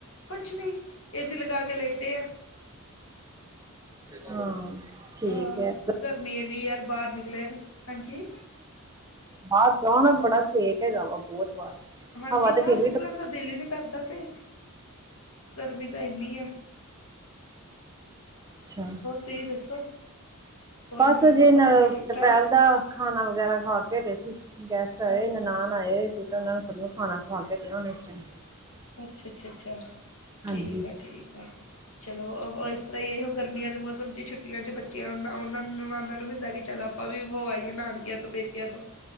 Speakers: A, on the left (about 65°); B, on the right (about 15°).
A: ਕੁਛ ਨੀ ਏ ਸੀ ਲਗਾ ਕੇ ਲੇਟੇ ਆ।
B: ਹਾਂ ਠੀਕ
A: ਅਹ
B: ਹੈ
A: ਗਰਮੀ ਇੰਨੀ ਯਾਰ ਬਾਹਰ ਨਿਕਲਿਆ ਨਹੀ, ਹਾਂਜੀ
B: ਬਾਹਰ ਜਾੳ ਨਾ, ਬੜਾ ਸੇਕ ਹੈਗਾ ਵਾ ਬਹੁਤ ਬਾਹਰ
A: ਹਾਂਜੀ,
B: ਹਵਾ ਤੇ
A: ਬਾਹਰ
B: ਫਿਰ
A: ਨਿਕਲਣ
B: ਵੀ ਥੋ-
A: ਦਾ ਦਿਲ ਹੀ ਨੀ ਕਰਦਾ ਤੇ ਗਰਮੀ ਤਾਂ ਇੰਨੀ ਆ
B: ਅੱਛਾ।
A: ਤੁਈ ਦੱਸੋ? ਹੋਰ
B: ਬਸ
A: ਮੰਮੀ
B: ਅਜੇ
A: ਪਾਪਾ
B: ਨ
A: ਸਾਰੇ ਠੀਕ
B: ਦੁਪਹਿਰ
A: ਠਾਕ
B: ਦਾ ਖਾਣਾ ਵਗੈਰਾ ਖਾ ਕੇ ਹਟੇ ਸੀ। ਗੈਸਟ ਆਏ
A: ਅੱਛ
B: ਨਨਾਣ। ਆਏ ਹੋਏ ਸੀ ਤੇ ਉਹਨਾਂ ਨੂੰ ਸਭ ਨੂੰ ਖਾਣਾ ਖਵਾ ਕੇ ਹਟੀ ਅ ਹੁਣ ਇਸ ਟਾਇਮ।
A: ਅੱਛਾ-ਅੱਛਾ-ਅੱਛਾ, ਠੀਕ
B: ਹਾਂਜੀ
A: ਆ-ਠੀਕ ਆ। ਚਲੋ ਇਸ ਤਰ੍ਹਾਂ ਹੀ ਇਹ ਗਰਮੀਆਂ ਦੇ ਮੌਸਮ 'ਚ ਛੁੱਟੀਆਂ ਚ ਬੱਚਿਆਂ ਉਹ ਉਹਨਾਂ ਨੂੰ ਨਾਨਾਂ ਨੂੰ ਵੀ ਹੁੰਦਾ ਕਿ ਚੱਲ ਆਪ ਆਪਾਂ ਵੀ ਹੋ ਆਈਏ ਨਾਨਕਿਆਂ ਤੋਂ ਪੇਕਿਆਂ ਤੋਂ।